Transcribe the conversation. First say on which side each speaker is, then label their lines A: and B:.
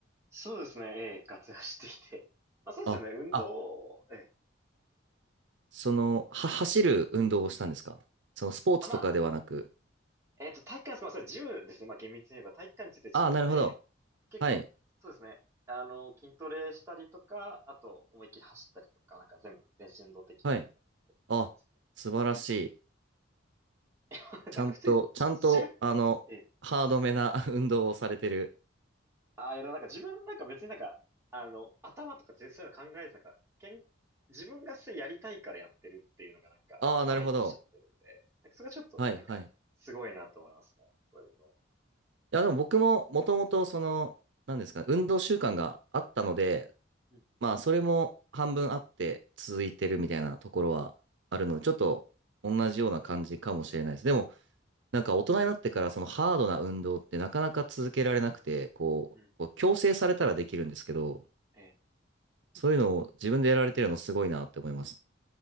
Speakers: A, on the right; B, on the right.
A: そうですね、ええ、ガツ走ってきて。<laughs> まあそうですよね、
B: ああ
A: 運動、ええ。
B: その、は、走る運動をしたんですかそのスポーツとかではなく。
A: あ、まあ、えっと、体育館です、まあそれジムですね、まあ厳密に言えば体育館についてジムで、
B: ああ、なるほど。
A: 結構、
B: はい。
A: そうですね、あの、筋トレしたりとか、あと、思いっきり走ったりとか、なんか全部、全身運動的なのやる
B: はい。あ、
A: 感じで。
B: 素晴らしい。
A: <laughs>
B: ちゃんと、
A: なんか普通に、じ自分、
B: ちゃんと、あの、
A: ええ
B: ハードめな <laughs> 運動をされてる。
A: ああ、いや、でもなんか自分なんか別になんか、あの、頭とか全そういうの考えずなんか、けん、自分がそれやりたいからやってるっていうのがなんか前に来ちゃってるんで、
B: ああ、なるほど。
A: なんかそれがちょっとなんかすごいなと思いますね。
B: はい、はい。い
A: そういうの。
B: や、でも僕ももともとその、なんですかね、運動習慣があったので、
A: うん、
B: まあ、それも半分あって続いてるみたいなところはあるので、ちょっと同じような感じかもしれないです。でも、なんか大人になってからそのハードな運動ってなかなか続けられなくて、こう、
A: うん。
B: こう強制されたらできるんですけど、
A: ええ。
B: そういうのを自分でやられてるのすごいなって思います。